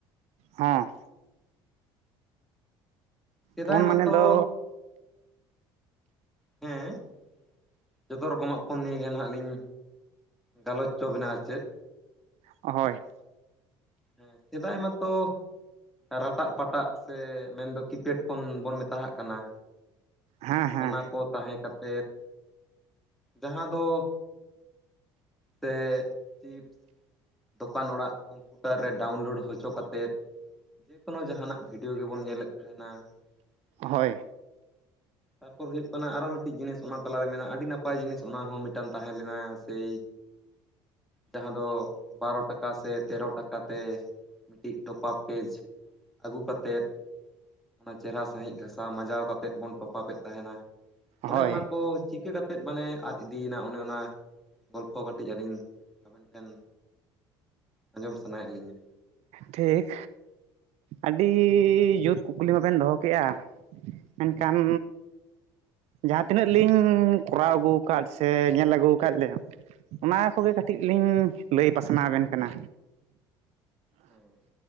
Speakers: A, on the right; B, in the centre.
A: ᱦᱮᱸ
B: ᱥᱮᱫᱟᱭ
A: ᱯᱷᱳᱱ ᱢᱟᱱᱮ
B: ᱢᱟᱛᱚ
A: ᱫᱚ
B: ᱦᱮᱸ ᱡᱚᱛᱚ ᱨᱚᱠᱚᱢᱟᱜ ᱯᱷᱳᱱ ᱱᱤᱭᱮ ᱜᱮ ᱱᱟᱦᱟᱜ ᱞᱤᱧ ᱜᱟᱞᱚᱪ ᱪᱚ ᱵᱮᱱᱟ ᱟᱨ ᱪᱮᱫ᱾
A: ᱦᱳᱭ᱾
B: ᱦᱮᱸ ᱥᱮᱫᱟᱭ ᱢᱟᱛᱚ ᱨᱟᱴᱟᱜ ᱯᱟᱴᱟᱜ ᱥᱮ ᱢᱮᱱᱫᱚ ᱠᱤᱯᱮᱴ ᱯᱷᱳᱱ ᱵᱚᱱ ᱢᱮᱛᱟ ᱦᱟᱜ ᱠᱟᱱᱟ᱾
A: ᱦᱮᱸ ᱦᱮᱸ
B: ᱚᱱᱟ ᱠᱚ ᱛᱟᱦᱮᱸ ᱠᱟᱛᱮᱫ ᱡᱟᱦᱟᱸ ᱫᱚ ᱥᱮ ᱪᱤᱯᱥ᱾ ᱫᱚᱠᱟᱱ ᱚᱲᱟᱜ ᱠᱚᱢᱯᱩᱴᱟᱨ ᱨᱮ ᱰᱟᱣᱩᱱᱞᱳᱰ ᱦᱚᱪᱚ ᱠᱟᱛᱮᱫ ᱡᱮᱠᱳᱱᱳ ᱡᱟᱦᱟᱱᱟᱜ ᱵᱷᱤᱰᱤᱭᱳ ᱜᱮᱵᱚᱱ ᱧᱮᱞᱮᱫ ᱛᱟᱦᱮᱱᱟ, ᱦᱮᱸ᱾
A: ᱦᱳᱭ
B: ᱛᱟᱨᱯᱚᱨ ᱦᱩᱭᱩᱜ ᱠᱟᱱᱟ ᱟᱨᱚ ᱢᱤᱫᱴᱤᱡ ᱡᱤᱱᱤᱥ ᱚᱱᱟ ᱛᱟᱞᱟᱨᱮ ᱢᱮ ᱟᱹᱰᱤ ᱱᱟᱯᱟᱭ ᱡᱤᱱᱤᱥ ᱚᱱᱟ ᱦᱚᱸ ᱢᱤᱫᱴᱟᱱ ᱛᱟᱦᱮᱸ ᱞᱮᱱᱟ ᱥᱮᱭ ᱡᱟᱦᱟᱸ ᱫᱚ ᱵᱟᱨᱚ ᱴᱟᱠᱟ ᱥᱮ ᱛᱮᱨᱚ ᱴᱟᱠᱟ ᱛᱮ ᱢᱤᱫᱴᱤᱡ ᱴᱚᱯᱟᱯ ᱯᱮᱡᱽ ᱟᱹᱜᱩ ᱠᱟᱛᱮᱫ᱾ ᱚᱱᱟ ᱪᱮᱦᱨᱟ ᱥᱟᱺᱦᱤᱡ ᱜᱷᱟᱥᱟᱣ ᱢᱟᱡᱟᱣ ᱠᱟᱛᱮᱫ ᱵᱚᱱ ᱴᱚᱯᱟᱯᱮᱫ ᱛᱟᱦᱮᱱᱟ, ᱚᱱᱮ
A: ᱦᱳᱭ
B: ᱚᱱᱟ ᱠᱚ ᱪᱤᱠᱟᱹ ᱠᱟ ᱛᱮᱫ ᱢᱟᱱᱮ ᱟᱫ ᱤᱫᱤᱭᱮᱱᱟ ᱚᱱᱮ ᱚᱱᱟ ᱜᱚᱞᱯᱷᱚ ᱠᱟᱹᱴᱤᱡ ᱟᱹᱞᱤᱧ ᱟᱵᱮᱱ ᱴᱷᱮᱱ ᱟᱸᱡᱚᱢ ᱥᱟᱱᱟᱭᱮᱫ ᱞᱤᱧᱟᱹ᱾
A: ᱴᱷᱤᱠ, ᱟᱹᱰᱤ ᱡᱩᱛ ᱠᱩᱠᱞᱤ ᱢᱟᱵᱮᱱ ᱫᱚᱦᱚ ᱠᱮᱼᱟ᱾ ᱢᱮᱱᱠᱷᱟᱱ᱾ ᱡᱟᱦᱟᱸ ᱛᱤᱱᱟᱹᱜ ᱞᱤᱧ ᱠᱚᱨᱟᱣ ᱟᱹᱜᱩ ᱠᱟᱫ ᱥᱮ ᱧᱮᱞ ᱟᱹᱜᱩ ᱠᱟᱜ ᱞᱮᱭᱟ᱾ ᱚᱱᱟ ᱠᱚᱜᱮ
B: ᱦᱩᱸ
A: ᱠᱟᱹᱴᱤᱡ ᱞᱤᱧ ᱞᱟᱹᱭ ᱯᱟᱥᱱᱟᱣ ᱟᱵᱮᱱ ᱠᱟᱱᱟ᱾
B: ᱦᱮᱸ᱾